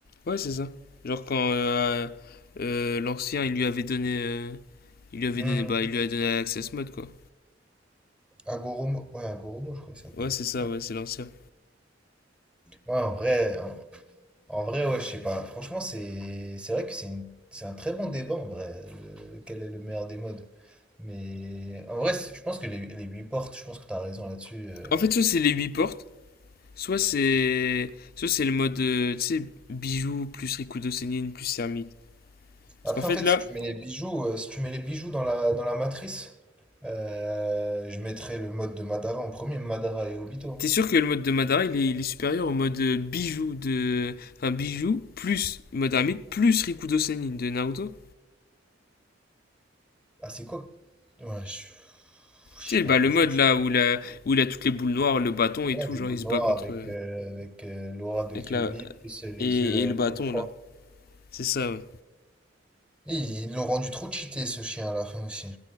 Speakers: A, on the left; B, in the centre.
A: Ouais, c'est ça. Genre, quand euh, euh, l'ancien, il lui avait donné. euh, il lui avait
B: hein.
A: donné. Bah,
B: Hmm.
A: il lui a donné l'access mode, quoi.
B: Agoromo, ouais, Agoromo, je crois qu'il s'appelle.
A: Ouais, c'est ça,
B: Ouais.
A: ouais, c'est l'ancien.
B: Ouais, en vrai, en, en vrai, ouais, je sais pas. Franchement, c'est c'est vrai que c'est une- c'est un très bon débat, en vrai, le- quel est le meilleur des modes. Mais en vrai, c'est- je pense que les, les 8 portes, je pense que t'as raison là-dessus. euh,
A: En fait, soit c'est les 8 portes, soit c'est. Soit c'est le mode. euh, tu sais, bijoux plus Rikudo Senin plus Hermite. Parce
B: Après,
A: qu'en fait,
B: en fait,
A: là,
B: si tu mets les bijoux, euh, si tu mets les bijoux dans la, dans la matrice, euh, je mettrais le mode de Madara en premier, Madara et Obito.
A: T'es sûr que le mode de Madara il est, il est supérieur au mode euh, bijou de. Enfin, bijou plus mode ermite plus Rikudo Senin de Naruto?
B: Ah, c'est quoi? Ouais, je, je
A: Tu
B: sais
A: sais, bah,
B: pas, franchement.
A: le mode
B: je-
A: là où il a, où il a toutes les boules noires, le bâton et
B: Ouais,
A: tout,
B: des
A: genre
B: boules
A: il se
B: noires
A: bat contre.
B: avec, euh, avec euh, l'aura de
A: Avec
B: Kyuubi,
A: la...
B: plus les
A: et,
B: yeux euh,
A: et le bâton
B: en croix.
A: là. C'est ça, ouais.
B: Et Ils l'ont rendu trop cheaté, ce chien, à la fin aussi.